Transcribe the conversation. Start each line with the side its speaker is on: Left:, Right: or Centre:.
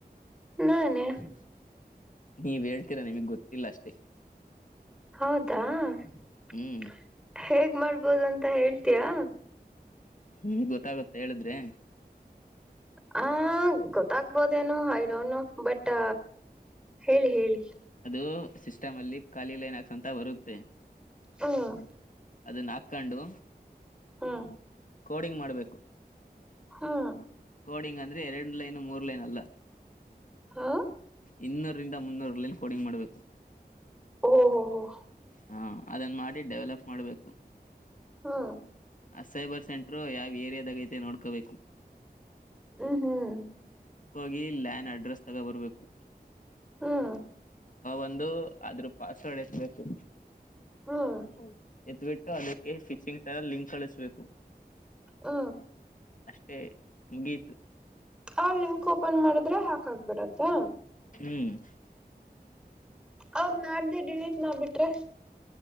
Centre: ನಾನೇ
Left: <inaudible> ನೀವ ಹೇಳ್ತೀರಾ ನಿಮಗ್ ಗೊತ್ತಿಲ್ಲ ಅಷ್ಟೆ
Centre: ಹೌದಾ <inaudible>
Left: ಹ್ಮ್
Centre: ಹೇಗ್ ಮಾಡ್ಬೋದು ಅಂತ ಹೇಳ್ತಯಾ.
Left: ಹ್ಮ್ ಗೊತ್ತಾಗುತ್ತೆ ಹೇಳಿದ್ರೆ.
Centre: ಹ ಗೊತ್ತಾಗ್ಬೋದೇನು ಐ ಡೋಂಟ್ ಬಟ್. ಹೇಳಿ ಹೇಳಿ
Left: ಇದು ಸಿಸ್ಟಮ್ ಅ ಖಾಲಿ ಲೈನ್ ಹಾಕ್ ಬರುತ್ತೆ
Centre: ಹ್ಮ್
Left: ಅದನ್ನ ಹಾಕಕೊಂಡು
Centre: ಹ್ಮ್
Left: ಕೋಡಿಂಗ್ ಮಾಡಬೇಕು
Centre: ಹಾ
Left: ಕೋಡಿಂಗ್ ಅಂದ್ರೆ ಎರಡು ಲೈನ್ ಮೂರು ಲೈನ್ ಅಲ್ಲಾ
Centre: ಹಾ
Left: ಇನ್ನೂರರಿಂದ ಮುನ್ನೂರು ಲೈನ್ ಕೋಡಿಂಗ್ ಮಾಡಬೇಕು
Centre: ಓ ಹೋ ಹೋ
Left: ಹಾ ಅದನ್ನ ಮಾಡಿ ಡೆವಲಪ್ ಮಾಡ್ಬೇಕು
Centre: ಹಾ
Left: ಅ ಸೈಬರ್ ಸೆಂಟರು ಯಾವ್ ಏರಿಯಾದಾಗ ಐತೆ ನೋಡ್ಕೋಬೇಕು
Centre: ಹ್ಮ್ ಹ್ಮ್
Left: ಗಿ ಲ್ಯಾಂಡ ಅಡ್ರೆಸ್ ತಗೊ ಬರ್ಬೇಕು
Centre: ಹ್ಮ್
Left: ಒಂದು ಆದ್ರ ಪಾಸ್ ವರ್ಡ್ ಎತ್ತಬೇಕು
Centre: ಹ್ಮ್
Left: ಹೂ ಎತ್ಬಿಟ್ಟು ಅದಕ್ಕೆ ಫಿಶಿಂಗ್ ಲಿಂಕ್ ಕಳಿಸ್ಬೇಕು
Centre: ಹ್ಮ
Left: ಅಷ್ಟೇ ಮುಗಿಯಿತು
Centre: ಆ ಲಿಂಕ್ ಓಪನ್ ಮಾಡಿದ್ರೆ ಹಾಕಕ್ಬಿಡತ್ತಾ
Left: ಹ್ಮ್
Centre: ಅವದ ನಾಡ್ದೇ ಡಿಲಿಟ್ ಮಾಡಿ ಬಿಟ್ರೆ